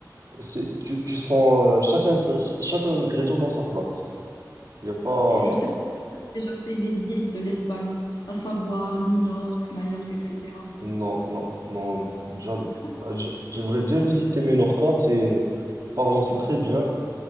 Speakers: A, on the right; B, on the left.
A: c'est- Tu, tu sens euh, chacun, chaque ingrédient dans sa place. Il n'y a pas...
B: Et Je sais pas si tu as déjà fait les îles de l'Espagne, à savoir Minorque, Majorque, etc.
A: Non, non, non, jamais.
B: Ouais.
A: Ah, j'ai- J'aimerais bien visiter Menorca, c'est... Apparemment, c'est très bien.